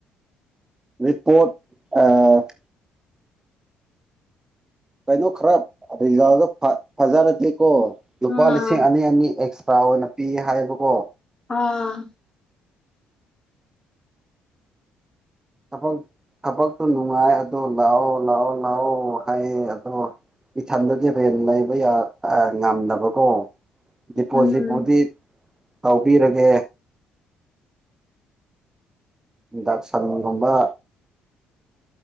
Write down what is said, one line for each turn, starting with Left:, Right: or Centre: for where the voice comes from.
Right: ꯔꯤꯄꯣꯔꯠ ꯑ ꯀꯩꯅꯣ ꯈꯔ ꯔꯤꯖꯥꯗꯣ ꯐꯖꯔꯗꯤꯦꯀꯣ ꯂꯨꯄꯥ
Left: ꯑꯥ
Right: ꯂꯤꯁꯤꯡ ꯑꯅꯤ ꯑꯅꯤ ꯑꯦ ꯆꯥ ꯑꯣꯏꯅ ꯄꯤ ꯍꯥꯏꯌꯦꯕꯀꯣ
Left: ꯎꯝ
Right: ꯊꯕꯛ ꯊꯕꯛꯁꯨ ꯅꯨꯡꯉꯥꯏ ꯑꯗꯣ ꯂꯥꯛꯑꯣ ꯂꯥꯛꯑꯣ ꯂꯥꯛꯑꯣ ꯍꯥꯏꯌꯦ ꯑꯗꯣ ꯏꯊꯟꯗꯗꯤ ꯍꯣꯔꯦꯟ ꯂꯩꯕ ꯌꯥ ꯉꯝꯗꯕꯀꯣ ꯗꯤꯄꯣꯖꯤꯠꯄꯨꯗꯤ
Left: ꯎꯝ
Right: ꯇꯧꯕꯤꯔꯒꯦ ꯗꯥꯛ ꯁꯔꯃ ꯊꯪꯕ